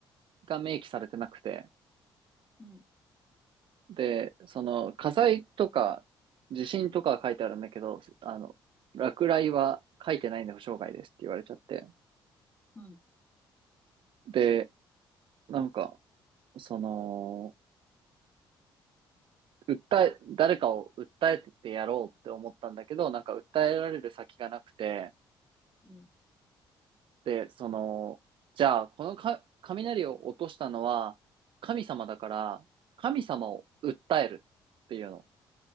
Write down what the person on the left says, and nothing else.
うん、
うん、
うん。